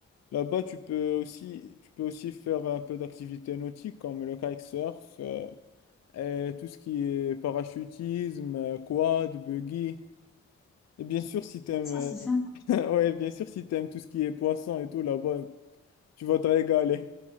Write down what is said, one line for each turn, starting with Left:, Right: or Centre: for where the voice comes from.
Left: là-bas, tu peux aussi, tu peux aussi faire un peu d'activités nautiques comme le kitesurf euh, et tout ce qui est parachutisme, euh, quad, buggy. Et bien sûr, si t'aimes,
Centre: Ça,
Left: euh,
Centre: c'est sympa.
Left: <laughs> ouais, bien sûr, si t'aimes tout ce qui est poisson et tout, là-bas, tu vas te régaler.